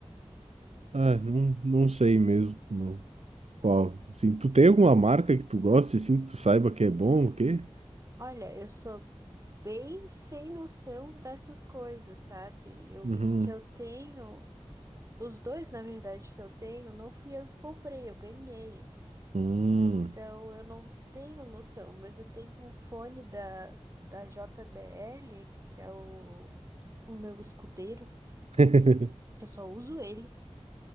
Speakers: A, on the right; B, on the right.
A: Ah, não, não sei mesmo. Qual? Assim, tu tem alguma marca que tu goste, assim, que tu saiba que é bom, o quê?
B: Olha, eu sou bem sem noção dessas coisas, sabe? Eu
A: Uhum.
B: que eu tenho, os dois, na verdade, que eu tenho, não fui eu que comprei, eu ganhei.
A: Hum.
B: Então eu não tenho noção, mas eu tenho um fone da, da JBL, que é o, o meu escudeiro,
A: <laughs>
B: que eu só uso ele.